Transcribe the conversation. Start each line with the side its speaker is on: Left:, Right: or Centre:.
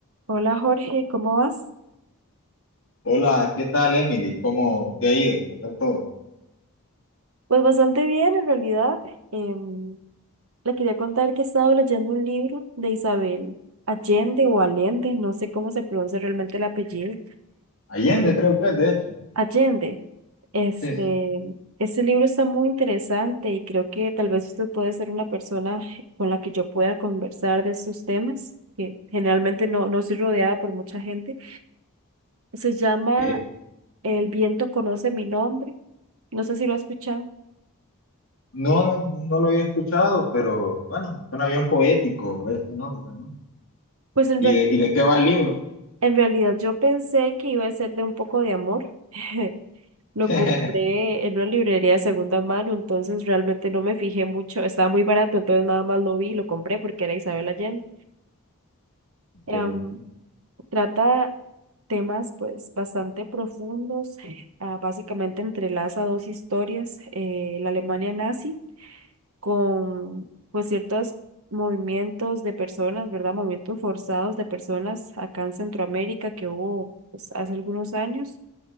Right: Hola Jorge, ¿cómo vas?
Left: Hola, ¿qué tal, Emily? ¿Cómo te ha ido? ¿Qué tal todo?
Right: Pues bastante bien en realidad. Em, le quería contar que he estado leyendo un libro de Isabel Allende o Allende, no sé cómo se pronuncia realmente el apellido.
Left: Allende, creo que es, de hecho.
Right: Allende. Este,
Left: Sí, sí.
Right: este libro está muy interesante y creo que tal vez usted puede ser una persona con la que yo pueda conversar de estos temas, que generalmente no, no soy rodeada por mucha gente. Se llama
Left: Eh,
Right: El viento conoce mi nombre. No sé si lo ha escuchado.
Left: No, no, no lo había escuchado, pero bueno, suena bien poético ese nombre, ¿no?
Right: Pues en
Left: ¿Y
Right: realidad...
Left: de, y de qué va el libro?
Right: En realidad yo pensé que iba a ser de un poco de amor. <laughs> Lo
Left: <laughs>
Right: compré en una librería de segunda mano, entonces realmente no me fijé mucho. Estaba muy barato, entonces nada más lo vi y lo compré porque era Isabel Allende. Em,
Left: Sí, sí.
Right: trata temas pues bastante profundos. <laughs> ah, básicamente entrelaza dos historias, eh, la Alemania nazi con pues ciertos movimientos de personas, ¿verdad? Movimientos forzados de personas acá en Centroamérica que hubo pues, hace algunos años